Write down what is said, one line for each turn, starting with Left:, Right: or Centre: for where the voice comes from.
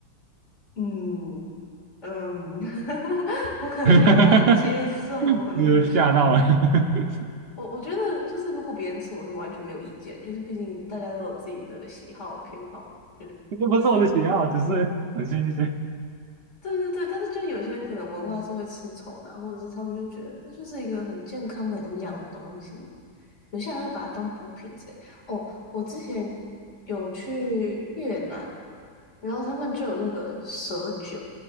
Left: 嗯嗯，<laughs> 我可能没有办法接受诶。
Right: <laughs> 哈哈呃吓到了，<laughs>
Left: 我我觉得就是如果别人吃，我是完全没有意见，就是毕竟大家都有自己的喜好偏好，嗯。
Right: 这不是我的喜好，
Left: 那是
Right: 只是很新鲜。
Left: 对对对，但是就有些可能文化是会吃虫的啊或者是他们就觉得这就是一个很健康、很营养的东西，有些人还会把它当补品之类。哦，我之前有去越南，然后他们就有那个蛇酒，